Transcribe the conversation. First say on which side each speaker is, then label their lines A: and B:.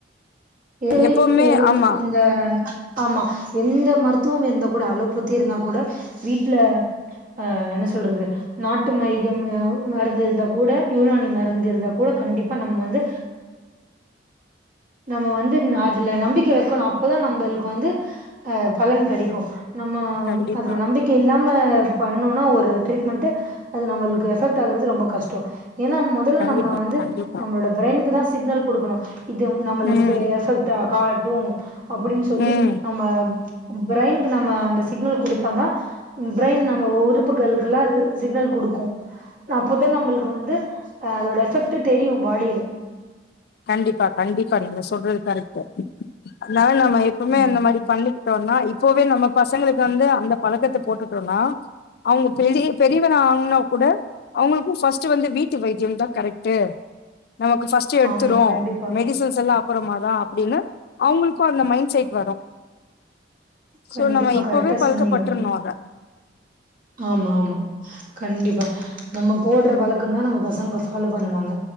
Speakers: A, on the right; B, on the left.
A: ஏ
B: எப்பவுமே
A: இவ்
B: ஆமா
A: இந்த ஆமா எந்த மருத்துவமம் இருந்தா கூட அல்லோபதி இருந்தா கூட வீட்ல ஆ என்ன சொல்றது நாட்டு மைதியம் மருந்து இருந்தா கூட யுனானி மருந்து இருந்தா கூட கண்டிப்பா நம்ம வந்து நம்ம வந்து அதுல நம்பிக்க வெக்கணு அப்பதா நம்மளுக்கு வந்து ஆ பலன் கெடைக்கூ நம்ம
B: கண்டிப்பா
A: அதுல நம்பிக்க இல்லாம பண்ணோனா ஒரு ட்ரீட்மெண்ட்டு அது நம்மளுக்கு எஃபெக்ட் ஆவ்றது ரொம்ப கஷ்டோ ஏனா முன் தல
B: கண்டிப்பா
A: நம்ம வந்து
B: கண்டிப்பா
A: நம்மளோட பிரெய்னுக்கு தா சிக்னல் குடுக்கணு இது நம்மளுக்கு
B: ம்
A: இது எஃபெக்டா காட் டூ அப்டின் சொல்லி
B: ம்
A: நம்ம பிரைன்கு நம்ம அந்த சிக்னல் குடுத்தா தா பிரெயின் நம்ம உறுப்புகள்குல்லா சிக்னல் குடுக்கூ அப்போத நம்மளுக்கு வந்து அதோட எஃபெக்ட்டு தெரியு பாடிலே
B: கண்டிப்பா கண்டிப்பா நீங்க சொல்றது கரெக்ட்டு அத்னால நம்ம எப்புமே
A: ம்
B: அந்த மாரி பண்ணிட் டு வந்தா இப்பவே நம்ம பசங்களுக்கு வந்து அந்த பழக்கத்த போட்டுட்டோனா அவங்க பெரிய பெரியவனா ஆங்னா கூட அவங்களுக்கூ ஃபஸ்ட்டு வந்து வீட்டு வைத்தியம் தா கரெக்ட்டு நமக்கு ஃபஸ்ட்
A: ஆமா
B: த்றோ
A: கண்டிப்பா
B: மெடிசன்ஸ்லா அப்றமா தா அப்டினு அவுங்களுக்கூ அந்த மைண்ட செட் வரு
A: கண்டிப்பா
B: சோ நம்ம இப்பவே
A: கரெக்டா
B: பழக்கப்பட்டுர்ணூ
A: சொன்னீங்க
B: அத
A: ஆமா ஆமா கண்டிப்பா நம்ம போட்ற பழக்கந்தா நம்ம பசங்க ஃபாலோ பண்ணுவாங்க